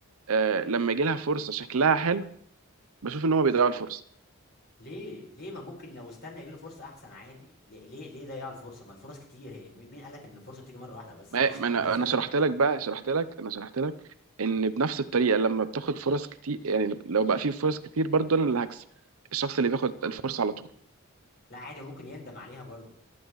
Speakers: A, on the right; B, on the left.
A: آه لما يجي لها فرصه شكلها حلو بشوف ان هم بيضيعوا الفرصه
B: ليه ليه ما ممكن لو استنى يجيله فرصة أحسن عادي ليه ليه ليه ضيع الفرصة ما الفرص كتير هي مي- مين قال لك إن الفرصة بتيجي مرة واحدة بس
A: ما
B: مفيش
A: ما
B: الكلام
A: انا انا
B: ده
A: شرحت لك بقى شرحت لك انا شرحت لك ان بنفس الطريقه لما بتاخد فرص كتير يعني لو بقى في فرص كتير برضه انا اللي هكسب الشخص اللي بياخد الفرصه على طول
B: <laughs> لا عادي وممكن يندم عليها برضو